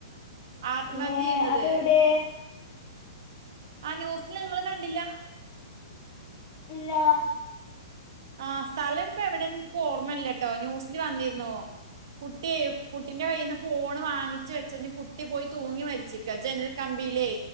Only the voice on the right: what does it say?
ആത്മഹത്യ
ചെയ്യുന്നത്
ആ ന്യൂസ്ല് ഇങ്ങള് കണ്ടില്ല
ആഹ് സ്ഥലം ഇൻക്ക് എവിടെന്ന് ഇൻക്ക് ഓർമ്മല്ലട്ടോ ന്യൂസ്ല് വന്നിരുന്നു. കുട്ടി കുട്ടിന്റെ കയ്യിന്ന് ഫോണ് വാങ്ങിച്ച് വെച്ചു ഇഞ്ഞ് കുട്ടി പോയി തൂങ്ങി മരിച്ചു. ക്കജനൽ കമ്പില്ലേ